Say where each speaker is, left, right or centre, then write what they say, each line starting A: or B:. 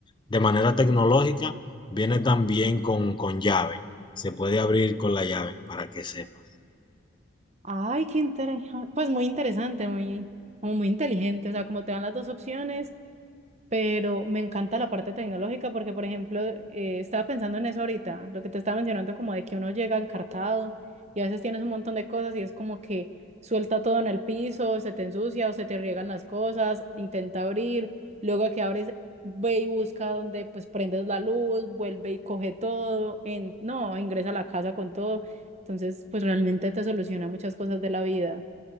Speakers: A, on the left; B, on the right.
A: de manera tecnológica, viene también con, con llave. Se puede abrir con la llave para que sepas.
B: Ay, qué interesante, pues muy interesante, muy, como muy inteligente, o sea, como te dan las dos opciones pero me encanta la parte tecnológica porque, por ejemplo, eh, estaba pensando en eso ahorita, lo que te estaba mencionando, como de que uno llega encartado y a veces tienes un montón de cosas y es como que suelta todo en el piso, se te ensucia o se te riegan las cosas, intenta abrir, luego que abres, ve y busca donde pues prendes la luz, vuelve y coge todo, en, no, ingresa a la casa con todo. Entonces, pues realmente te soluciona muchas cosas de la vida.